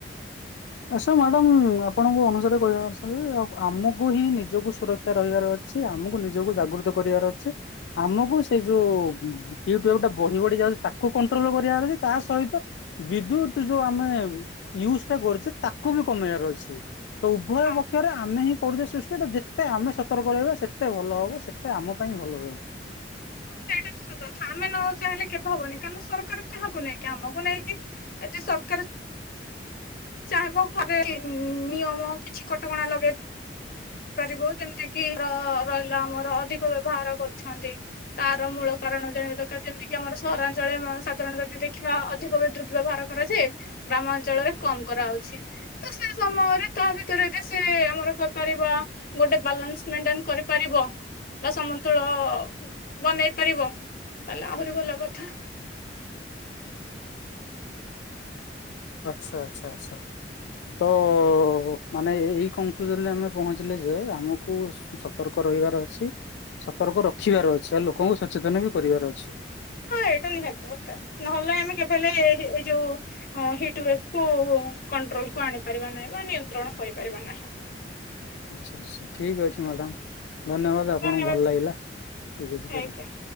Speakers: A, on the left; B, on the left.
A: ଆସ ମ୍ୟାଡ଼ାମ୍ ଆପଣଙ୍କ ଅନୁସାରେ କହିବା <unintelligible> ଆ ଆମକୁ ହିଁ ନିଜକୁ ସୁର କ୍ଷା ରହିବାର ଅଛି। ଆମକୁ ନିଜକୁ ଜାଗୃତ କରିବାର ଅଛି। ଆମକୁ ସେଇ ଯୋଉ <unintelligible> ବଢି ବଢି ଯାଉଚି ତାକୁ କଣ୍ଟ୍ରୋଲ କରିବାର ଅଛି ତା ସହିତ ବିଦ୍ୟୁତ୍ ଯୋଉ ଆମେ ୟୁଜଟା କରୁଚେ। ତାକୁ ବି କମେଇବାର ଅଛି ତ ଉଭୟ
B: ହଁ
A: ପକ୍ଷରେ ଆମେ ହିଁ କରୁଚେ ସୃଷ୍ଟି ତ ଯେତେ ଆମେ ସତର୍କ ରହିବା ସେତେ ଭଲ ହବ ସେତେ ଆମ ପାଇଁ ଭଲ ରହିବ।
B: ହଁ ସେଇଟା ତ ସ କଥା ଆମେ ନ ଚାହିଁଲେ କେବେ ହବନି କାରଣ ସରକାର କାହାକୁ ନେଇକି ଆମକୁ ନେଇକି। ଆଜି ସରକାର ଚାହିଁବ ଘରେ ଖିନ୍ ନିୟମ କିଛି କଟକଣା ଲଗେଇ ପାରିବ। ଯେମ୍ତିକି ର ରହିଲା ଆମର ଅଧିକ ବ୍ୟବହାର କରୁଛନ୍ତି। ତାର ମୂଳ କାରଣ ଜାଣିବା ଦରକାର ଯେମିତିକିି ଆମର ସହରାଞ୍ଚଳ ମ ସାଧ୍ ରଣ ଯଦି ଦେଖିବା ଅଧିକ ବିଦ୍ୟୁତ ବ୍ୟବହାର କରାଯାଏ। ଗ୍ରାମ ଅଞ୍ଚଳରେ କମ କରାଉଛି। ତ ସେ ସମୟରେ ତା ଭିତରେ ବି ସେ ଆମର କହିପାରିବା ଗୋଟେ ବାଲାନ୍ସ ଆଟେଡ୍ କରିପାରିବ। ବା ସମନ୍ତୁଳ ବନେଇ ପାରିବ ତାହେଲେ ଆହୁରି ଭଲ କଥା।
A: ଆଚ୍ଛା ଆଚ୍ଛା ଆଚ୍ଛ ତ ଓ ମାନେ ଏଇ କଂଙ୍କୁଜନରେ ଆମେ ପହଞ୍ଚିଲେ ଯେ ଆମକୁ ସତର୍କ ରହିବାର ଅଛି। ସତର୍କ ରଖିବାର ଅଛି ଆଉ ଲୋକଙ୍କୁ ସଚେତନ ବି କରିବାର ଅଛି।
B: ହଁ ଏଇଟା ନିହାତି ଦରକାର ନହେଲେ ଆମେ କେବେ ହେଲେ ଏଇ ଯୋଉ ହଁ ହିଟ୍ ଵେକ୍ କୁ କଣ୍ଟ୍ରୋଲ କୁ ଆଣିପାରିବା ନାହିଁ ବା ନିୟନ୍ତ୍ରଣ କରିପାରିବା ନାହିଁ।
A: ଆଚ୍ଛା ଆଚ୍ଛା ଠିକ୍ ଅଛି ମାଡାମ୍ ଧନ୍ୟବାଦ ଆପଣଙ୍କୁ
B: ଧନ୍ୟବାଦ
A: ଭଲ ଲାଗିଲା ଠିକ୍ ଅଛି <unintelligible>
B: ଆଜ୍ଞା